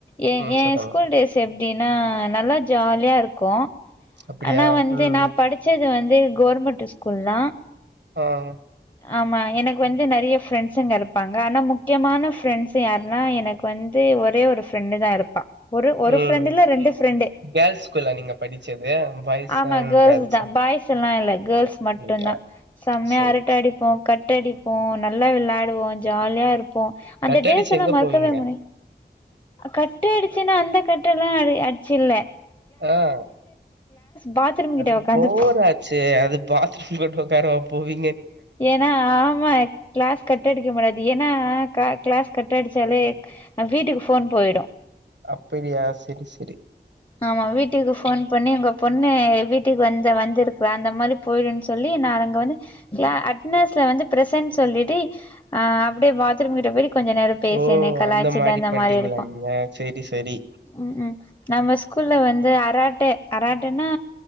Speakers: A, on the left (about 25°); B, on the right (about 80°).
A: ஏ
B: ம்
A: என்
B: சொல்லுங்க
A: ஸ்கூல் டேஸ் எப்டின்னா நல்லா ஜாலியா இருக்கும் கோ
B: அப்டியா
A: ஆனா வந்து
B: ம்
A: நான் படிச்ச து வந்து கவர்வர்மெண்ட் ஸ்கூல் தான்
B: ஆஹ்
A: ஆமா எனக்கு வந்து நிறைய ஃப்ரெண்ட்ஸுங்க இருப்பாங்க ஆனா முக்கியமான ஃப்ரெண்ட்ஸ் யாருன்னா எனக்கு வந்து ஒரே ஒரு ஃப்ரெண்டு தான் இருப்பா ஒரு ஒரு
B: ம்
A: ஃப்ரெண்டு இல்ல ரெண்டு ஃப்ரெண்டு
B: கேர்ள்ஸ் ஸ்கூலா நீங்க படிச்சது பாய்ஸ்
A: ஆமா
B: அண்ட்
A: கேர்ள்ஸ்
B: கேர்ள்ஸா
A: தான் பாய்ஸ் எல்லாம் இல்ல கேர்ள்ஸ்
B: அப்டியா
A: மட்டும் தான் மே
B: சரி
A: அரட்ட
B: சரி
A: அடிப்போம் கட்ட அடிப்போம் நல்ல விளையாடுவோம் ஜாலியா இரு போ அந்தடல்ஸ்லாம்
B: கட்டடிச்சு எங்க
A: மறக்கவே
B: போவீங்க
A: முடியு கட்டடுச்சுனா அந்த கட்ட எல்லாம் அ அடிச்சில்ல
B: ஆஹ்
A: பாத்ரூம் கிட்ட
B: அது
A: உக்காந்துப்போ
B: போராச்சே அது பாத்ரூம்கிட்டு உக்கரவ போய்
A: ஏன்னா ஆமா கிளாஸ் கட்ட அடிக்க முடியாது ஏன்னா கிளாஸ் கட்ட அடிச்சாலே வீட்டுக்கு ஃபோன் போயிடும்
B: அப்படியா சரி சரி
A: ஆமா வீட்டுக்கு போன் பண்ணி உங்க பொண்ணு வீட்டுக்கு வந்த வந்திருக்ரா அந்த மாரி போயிடும்ன்னு சொல்லி நான் அங்க வந்து அட்னஸ்ல வந்து பிரசன்ட் சொல்லிட்டு அஹ் அப்படியே பாத்ரூம் கிட்ட போய் கொஞ்ச நேரம் பேசனே
B: ஓ
A: கலாச்சிட்டு அந்த
B: பண்றீங்களா
A: மாரி இருப்போம்
B: நீங்க சரி சரி
A: உம் உம் நம்ம ஸ்கூல்ல வந்து அராட்ட அராட்டன்னா